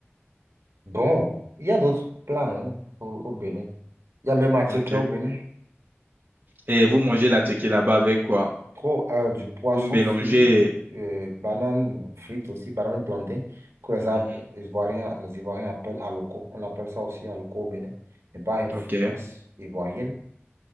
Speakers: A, on the right (about 75°); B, on the right (about 45°).
A: Bon, il y a d'autres plats hein, au, au Bénin. Il y a même à checker
B: Ok.
A: au Bénin.
B: Et vous mangez la tequila là-bas avec quoi?
A: Trop euh, du poisson
B: Vous mélangez...
A: frit, euh, banane frite aussi, banane plantain, que les, Ap-
B: Mhm.
A: les Ivoiriens, les Ivoiriens appellent aloko. On l'appelle ça aussi aloko au Bénin, mais par influence
B: Ok.
A: ivoirienne.